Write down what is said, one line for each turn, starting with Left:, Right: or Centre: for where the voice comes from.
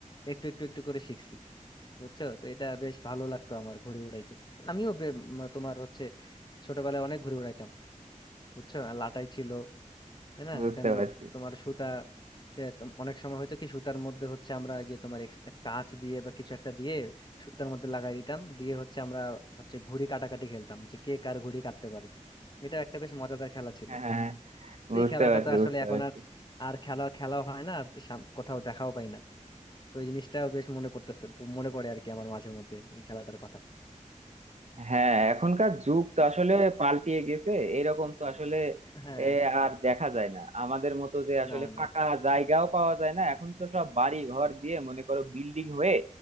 Left: একটু একটু একটু করে শিখছি বুঝছো তো এটা বেশ ভালো লাগতো আমার ঘুড়ি উড়াইতে আমিও বে- উম, তোমার হচ্ছে ছোটবেলায় অনেক ঘুড়ি উড়াইতাম বুঝছো আর লাটাই ছিল তাই না
Right: বুঝতে
Left: ওখানে
Right: পারছি
Left: তোমার সুতা সে তো অনেক সময় হয়তো কি সুতার মধ্যে হচ্ছে আমরা এই যে তোমার এক্স- কাঁচ দিয়ে বা কিছু একটা দিয়ে সুতার মধ্যে লাগাই দিতাম দিয়ে হচ্ছে আমরা হচ্ছে ঘুড়ি কাটাকাটি খেলতাম যে কে কার ঘুড়ি কাটতে পারে এটা একটা বেশ মজাদার খেলা ছিল
Right: হ্যাঁ হ্যাঁ, হ্যাঁ,
Left: তো
Right: বুঝতে
Left: এই খেলাটা
Right: পারছি
Left: তো আসলে
Right: বুঝতে
Left: এখন
Right: পারছি
Left: আর আর খেলা খেলাও হয় না আর সাম- কোথাও দেখাও পাই না তো এই জিনিসটাও বেশ মনে পড়তেছে মনে পড়ে আর কি আমার মাঝে মধ্যে এই খেলাটার কথা
Right: হ্যাঁ এখনকার যুগ
Left: So,
Right: তো আসলে পাল্টিয়ে গেছে এরকম তো আসলে
Left: হ্যাঁ
Right: এ, আর দেখা যায় না আমাদের মতো যে আসলে
Left: না
Right: ফাঁকা
Left: না
Right: জায়গাও পাওয়া যায় না এখন তো সব বাড়ি ঘর দিয়ে মনে করো বিল্ডিং হয়ে